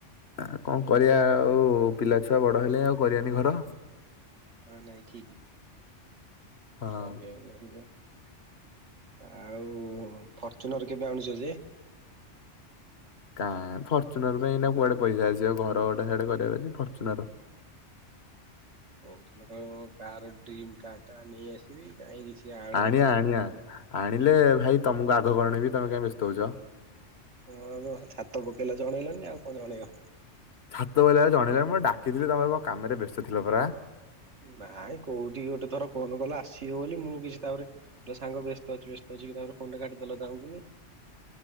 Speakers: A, on the left (about 60°); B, on the right (about 70°).
A: ଆ କଣ କରିବା ଆଉ ପିଲାଛୁଆ ବଡ ହେଲେହେଁ ଆଉ କରିବାନି ଘର।
B: ହଁ ନାଇଁ ଠିକି,
A: ହଁ
B: କରିବାକୁ <unintelligible> ଆଉ ଫର୍ଚୁନର କେବେ ଆଣୁଛ ଯେ?
A: କାଁ ଫର୍ଚୁନର ପାଇଁ ଏଇନା କୁଆଡେ ପଇସା ଆସିବ ଘର ଗୋଟେ ସିଆଡେ କରିବାର ଅଛି ଫର୍ଚୁନର।
B: କହୁଥିଲ କହିବ କାହାର ଡ୍ରିମ୍ କାର୍ ଟା ନେଇ ଆସିବି କାହିଁ କିଛି ଆଣୁନ।
A: ଆଣିଆ ଆଣିଆ ଆଣିଲେ ଭାଇ ତମକୁ ଆଗ ଗଣିବି ତମେ କାଇ ବ୍ୟସ୍ତ ହଉଛ।
B: ହଁ ଛାତ ପକେଇଲ ଜଣେଇଲନି ଆଉ କଣ ଜଣେଇବ
A: ଛାତ ପକେଇଲା ବେଳକୁ ଜଣେଇଲନି ମୁଁ ଡାକିଥିଲି ତମେ କଣ କାମରେ ବ୍ୟସ୍ତ ଥିଲା ପରା।
B: ନାଇଁ କୋଉଠି ଗୋଟେ ଥର ଫୋନ କଲ ଆସିବି ବୋଲି ମୁଁ କିଛି ତାପରେ ସାଙ୍ଗ ବ୍ୟସ୍ତ ଅଛି ବ୍ୟସ୍ତ ଅଛି କହିକି ଫୋନ ଟା କାଟିଦେଲ ପୁଣି।